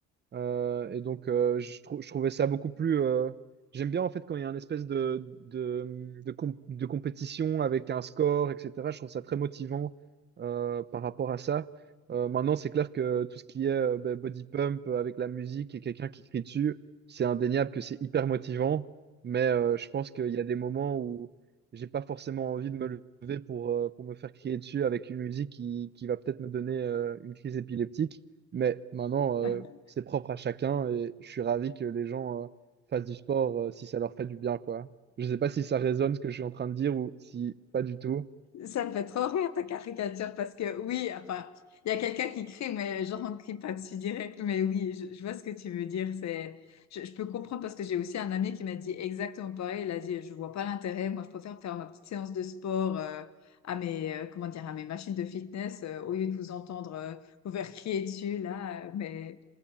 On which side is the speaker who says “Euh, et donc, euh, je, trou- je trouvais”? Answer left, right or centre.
Right